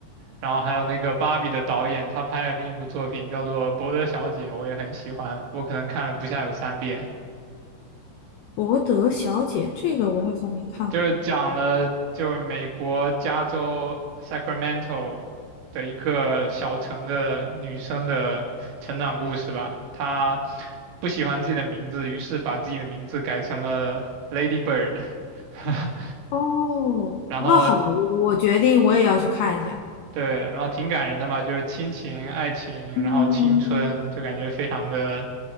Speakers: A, on the right; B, on the left.
A: 然后还有那个芭比的导演，他拍了另一部作品叫做《伯德小姐》，我也很喜欢，我可能看了不下有三遍，
B: 《博德小姐》这个我好像没看过。
A: 就是讲了就是美国加州 Sacramento 的一个小城的女生的成长故事吧，她不喜欢自己的名字，于是把自己的名字改成了 Lady Bird，<laughs>
B: 哦，
A: 然后
B: 那好，我决定我也要去看一下。
A: 对，然后挺感人的吧，就是亲情、爱情，
B: 嗯，
A: 然后青春，就感觉非常的